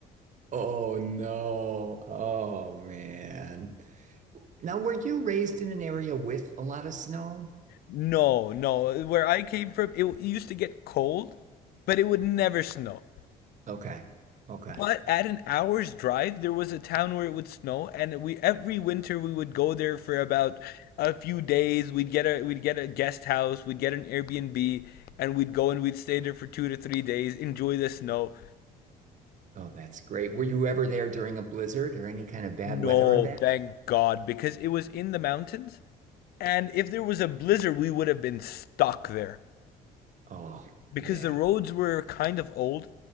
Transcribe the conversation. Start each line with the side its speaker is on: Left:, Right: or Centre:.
Right: Oh no. Oh man. Now, were you raised in an area with a lot of snow?
Left: No, no. Where I came from, it w- it used to get cold, but it would never snow.
Right: Okay. Okay.
Left: But at an hour's drive, there was a town where it would snow, and we every winter we would go there for about a few days. We'd get a we'd get a guest house, we'd get an Airbnb, and we'd go and we'd stay there for two to three days, enjoy the snow.
Right: Oh, that's great. Were you ever there during a blizzard or any kind of bad
Left: No,
Right: weather event?
Left: thank God, because it was in the mountains, and if there was a blizzard, we would have been stuck there.
Right: Oh,
Left: because
Right: yeah.
Left: the roads were kind of old.